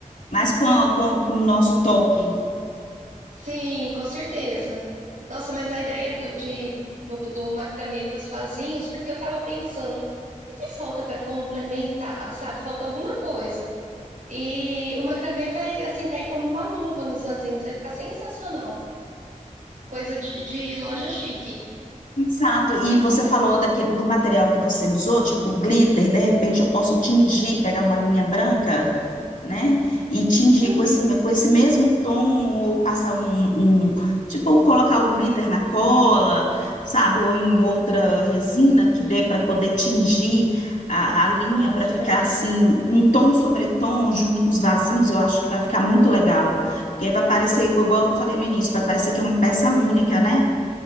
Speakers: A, on the left; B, on the right.
A: mais com, a- com, com o nosso toque.
B: Sim, com certeza. Nossa, mas a ideia do, de, do, do macramê para os vasinhos, porque eu estava pensando, o que que falta para complementar, sabe? Falta alguma coisa. E o macramê vai, assim, cair como uma luva nos vasinhos, vai ficar sensacional. Coisa de, de loja chique.
A: Exato, e você falou daquele, do material que você usou, tipo glitter, de repente eu posso tingir, pegar uma linha branca né? E tingir
B: Uhum.
A: com esse, com esse mesmo tom, ou passar um, um- tipo, colocar o glitter na cola, sabe? Ou em outra resina que dê para poder tingir a, a linha
B: Nossa,
A: para ficar
B: verdade.
A: assim, um tom sobre tom junto com os vasinhos, eu acho que vai ficar muito legal. Porque aí vai parecer,
B: Nossa,
A: igual eu falei no início, vai parecer que é uma peça única, né?